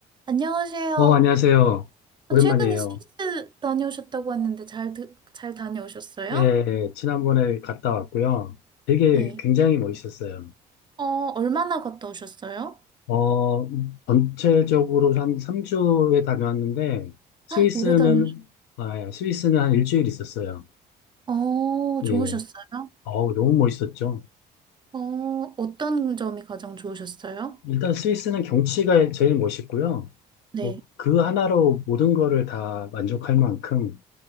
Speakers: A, on the right; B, on the left.
A: 안녕하세요.
B: 어, 안녕하세요. 오랜만이에요.
A: 아, 최근에 스위스 다녀오셨다고 했는데 잘, 드- 잘 다녀오셨어요?
B: 예, 지난번에 갔다 왔고요. 되게
A: 네.
B: 굉장히 멋있었어요.
A: 어, 얼마나 갔다 오셨어요?
B: 어, 전체적으로 한 3주에 다녀왔는데, 스위스는,
A: 헉, 오래 다녀오셨어요.
B: 아, 예, 스위스는 한 일주일 있었어요.
A: 어,
B: 예,
A: 좋으셨어요?
B: 어우, 너무 멋있었죠.
A: 어, 어떤 점이 가장 좋으셨어요?
B: 일단 스위스는 경치가 제일 멋있고요.
A: 네.
B: 뭐, 그 하나로 모든 거를 다 만족할 만큼,